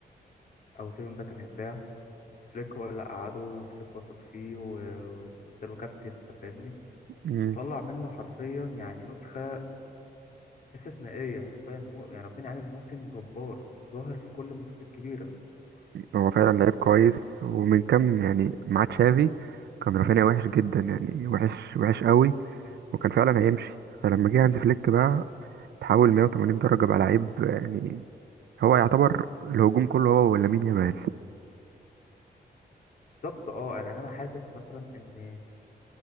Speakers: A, on the left; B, on the right.
A: او سيزون ده كان هيتباع فليك هو اللي قعده وفليك وثق فيه و- واداله كابتن انت فاهمني
B: مم.
A: وطلع منه حرفيا يعني نسخه استثنائيه حرفيا مو يعني فين عامل موسم جبار ظاهر في كل الماتشات الكبيره
B: هو فعلا
A: يعني انت-
B: لعيب كويس ومن كام يعني مع تشافي كان رافينيا وحش جدا يعني وحش وحش قوي وكان فعلا هيمشي فلما جه هانز فليك بقى تحول 180 درجة بقى لعيب يعني هو يعتبر الهجوم كله هو ولامين يامال
A: بالظبط اه يعني انا حاسس مثلا ان